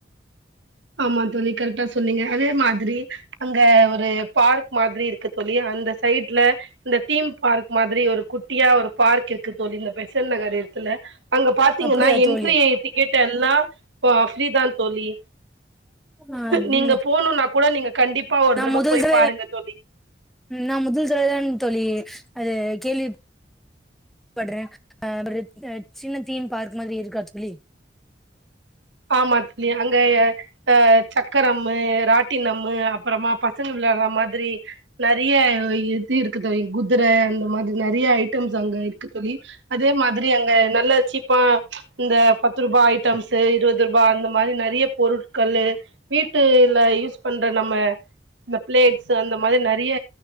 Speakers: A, on the right; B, in the centre.
A: ஆமா தோழி கரெக்டா சொன்னீங்க அதே மாதிரி அங்க ஒரு பார்க் மாதிரி இருக்கு தோழி அந்த சைட்ல இந்த தீம் பார்க் மாதிரி ஒரு குட்டியா ஒரு பார்க் இருக்கு தோழி இந்த பெசண்ட் நகரு த்துல அங்க பாத்தீங்கன்னா
B: அப்படியா
A: என்ட்ரி
B: தோழி
A: டிக்கெட் எல்லா அ ஃப்ரீதா தோழி
B: ஆ
A: நீங்க போனுனா கூட நீங்க கண்டிப்பா ஒரு
B: நா
A: தடவ
B: முதல்
A: போய்
B: த
A: பாருங்க தோழி
B: நா முதல் தடவயாதான் தோழி அது கேள்வி பட்றே அ <inaudible> சின்ன தீம் பார்க் மாதிரி இருக்கா தோழி
A: ஆமா தோழி அங்க அ சக்கரம்மு ராட்டினம்மு அப்பறமா பசங்க விளையாட்ர மாதிரி நெறைய <unintelligible> இருக்கு குதுர அந்த மாதிரி நெறைய ஐட்டம்ஸ் அங்க இருக்கு தோழி அதே மாதிரி அங்க என்ன நல்ல சீப்பா இந்த பத்து ரூபா ஐட்டம்ஸு இருவது ரூபா அந்த மாரி நெறைய பொருட்கள்ளு வீட்டுல யூஸ் பண்ற நம்ம இந்த பிளேட்ஸ் அந்த மாரி நெறைய